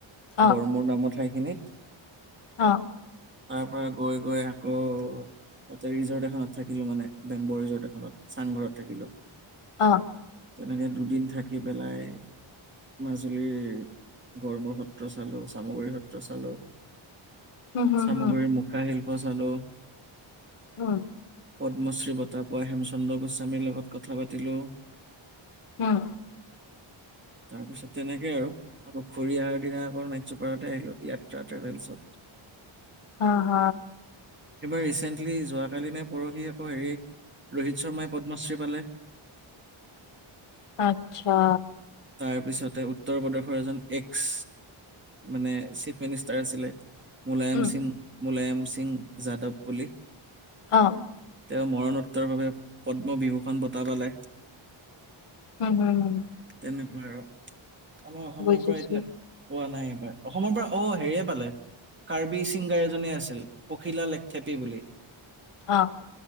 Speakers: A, on the left; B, on the right.
A: অ
B: গৰমৰ নামৰ ঠাইখিনিত
A: অ
B: তাৰ পৰা গৈ গৈ অ তাতে ৰিজৰ্ট এখনত থাকিলো মানে বেম্ব ৰিজৰ্ট এখনত চাংঘৰত থাকিলো
A: অ
B: তেনেকে দুদিন থাকি পেলাই মাজুলীৰ গৰমৰ সত্ৰ চালোঁ চামুগুৰি সত্ৰ চালোঁ
A: উম হম
B: চামুগুৰীৰ
A: হম
B: মুখা শিল্প চালো
A: উম
B: পদ্মশ্ৰী বঁটা পোৱা হেমচন্দ্ৰ গোস্বামীৰ লগত কথা পাতিলোঁ
A: উম
B: তাৰপিছত তেনেকে আৰু আকৌ ঘূৰি অহাৰ দিনা আকৌ নাইচুপাৰতে আহিলো ইয়াত্ৰা ট্ৰেভেলছত <inaudible>
A: অ হ।
B: এইবাৰ ৰিচেণ্টলি যোৱাকালি নে পৰহি আকৌ হেৰি ৰোহিত শৰ্মাই পদ্মশ্ৰী পালে।
A: আত্ছা।
B: তাৰপিছতে উত্তৰ প্ৰদেশৰ এজন এক্স মানে চিফ মিনিষ্টাৰ আছিলে মুলায়ম
A: উম
B: সিং মুলায়ম সিং যাদৱ বুলি
A: অ
B: তেওঁ মৰাণোত ত্তৰ ভাৱে পদ্মবিভূষণ বঁটা পালে।
A: হম হম হম।
B: তেনেকুৱা আৰু আমাৰ অসমৰ
A: বুজিছো।
B: পৰা এতিয়া পোৱা নাই। অসমৰ পৰা অ হেৰিয়ে পালে কাৰ্বি ছিংগাৰ এজনী আছিল পখিলা লেখথেপী বুলি
A: অ।